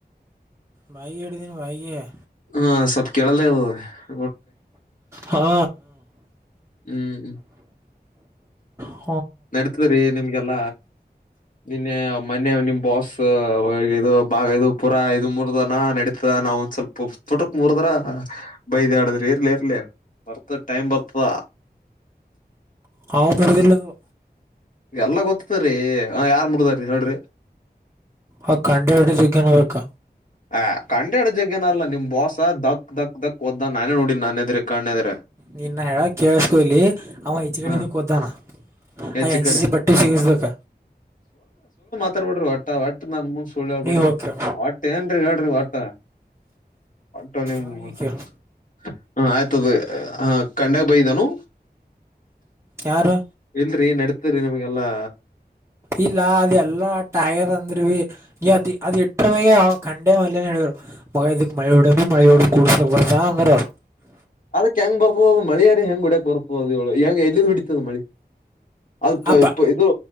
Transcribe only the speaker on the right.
ಮೈಗೆ ಎಡುದಿನ ವೈಗೆಯಾ
ಹಾ
ಹಾ
ಹವು ಬರದಿಲ್ಲದು
ಆ ಕಂಡಡು ಜಿಗ್ಗನ ಬಕ್ಕ
ನಿನ್ನ ಹೇಳ ಕೇಳಸ್ಕೊ ಇಲಿ ಅವ ಹೆಚ್ಗಣಿದ
ದ್ದಾನ
ಐ ಎನ್ಸ
ಸಿ ಬಟ್ಟ ಸಿಂಗಲ್ಸ್್ದಕ್ಕ
ಹೋಗಿ ಕೇಳು,
ಅವನಿಗೆ
ಕೇಳು
ಯಾರು
ಇಲ್ಲ ಅದ ಎಲ್ಲಾಟ ಆಗ್ಯದಂದ್ರ ಬಿ ಅದ ಅದು ಇಟ್ರ ಮೇಾಗ ಕಖಂಡೆ ಮಲ್ನ ಹೇಳರು ಮಗ ಇದುಕ್ಕೆ ಮಳುಡ ಮಳೆಯಡ ಕುಡಸಲ ಬರತಾಂದರರು
ಅಪ್ಪ